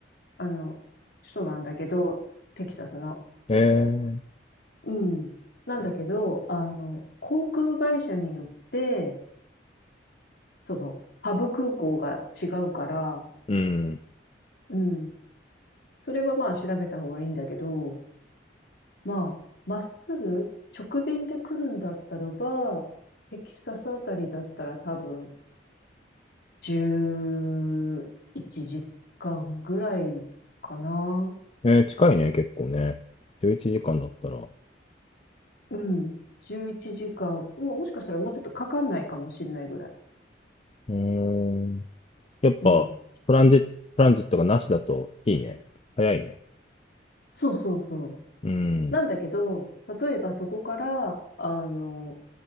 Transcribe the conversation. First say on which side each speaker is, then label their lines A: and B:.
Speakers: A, on the left; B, on the left.
A: あの、首都なんだけど、テキサスの。
B: え
A: うん。なんだけど、あの、航空会社によって、その、ハブ空港が違うから、
B: ー、うん。
A: うん。それはまあ調べた方がいいんだけど、まあ、まっすぐ直便で来るんだったらば、テキサスあたりだったら多分11時間ぐらいかな。
B: えー、近いね、結構ね。11時間だったら。
A: うん。11時間。もうもしかしたらもうちょっとかかんないかもしれないぐらい。
B: うーん。やっぱ、
A: うん。
B: トランジ、トランジットがなしだといいね。早いね。
A: そうそうそう。
B: うん。
A: なんだけど、例えばそこから、あの、